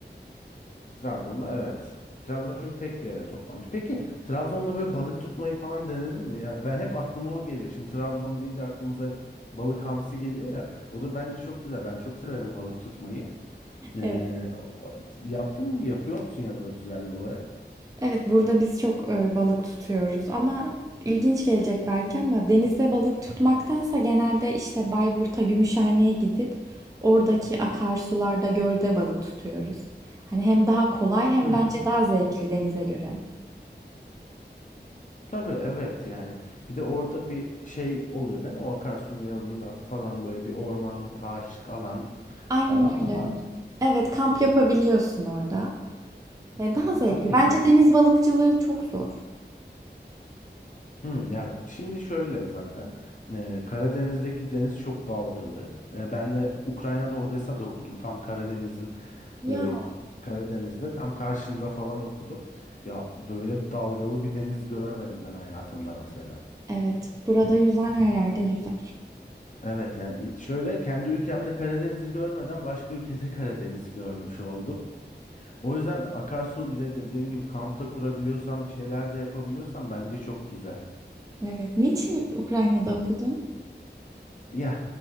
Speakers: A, on the left; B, on the right.
A: Trabzon'da evet. Trabzon çünkü tek bir yere toplamış. Peki Trabzon'da böyle balık tutmayı falan denedin mi? Yani ben hep aklıma o geliyor. Şimdi Trabzon deyince aklımıza hep balık hamsi geliyor ya. O da bence çok güzel. Ben çok severim balık tutmayı. Ee,
B: Evet.
A: yaptın mı? Yapıyor musun ya da düzenli olarak?
B: Evet, burada biz çok e, balık tutuyoruz ama ilginç gelecek belki ama denizde balık tutmaktansa genelde işte Bayburt'a, Gümüşhane'ye gidip oradaki akarsularda, gölde balık tutuyoruz. Hani hem daha kolay hem
A: Hmm.
B: bence daha zevkli denize göre.
A: Tabii evet yani. Bir de orada bir şey oluyor değil mi? O akarsunun yanında falan böyle bir ormanlık, ağaçlık alan
B: Aynen
A: falan mı
B: öyle.
A: var?
B: Evet, kamp yapabiliyorsun orada. E, daha zevkli.
A: Çok güzel.
B: Bence deniz balıkçılığı çok zor.
A: Hmm, ya şimdi şöyle zaten e, Karadeniz'deki deniz çok dalgalı. E, ben de Ukrayna'da Odessa'da okudum. Tam Karadeniz'in
B: Ya
A: böyle Karadeniz'de tam karşında falan okudum. Ya böyle dalgalı bir deniz görmedim ben hayatımda mesela.
B: Evet, burada yüzen her yerde yüzer.
A: Evet yani şöyle kendi ülkemde Karadeniz'i görmeden başka ülkede <laughs> Karadeniz'i görmüş oldum. O yüzden akarsu bir de dediğin gibi kampta kurabiliyorsan bir şeyler de yapabiliyorsan bence çok güzel.
B: Evet, niçin Ukrayna'da okudun?
A: Ya